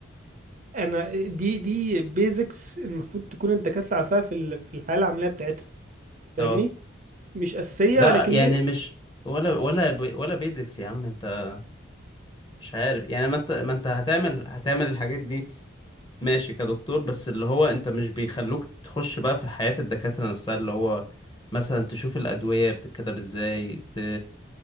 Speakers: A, on the right (about 40°); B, on the left (about 20°).
A: انا دي دي بيزكس المفروض تكون الدكاتره عارفاها في ال- في الحياه العمليه بتاعتها فاهمني
B: اه
A: مش اساسيه
B: لا
A: ولكن
B: يعني
A: بيزك
B: مش ولا ولا بي- ولا بيزكس يا عم انت مش عارف يعني ما انت ما انت هتعمل هتعمل الحاجات دي ماشي كدكتور بس اللي هو انت مش بيخلوك تخش بقى في حياة الدكاترة نفسها اللي هو مثلا تشوف الأدوية بتتكتب ازاي ت...